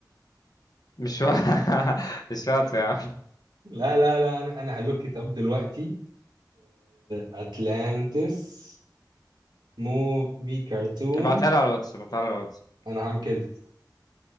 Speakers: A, on the left; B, on the right.
A: مش و... <laughs> مش واطي يا عم
B: لا لا لا انا انا هلوك ات اب دلوقتي اتلانتس موفي كرتون
A: ابعتها لي على الواتس ابعتها لي على الواتس
B: انا هعمل كده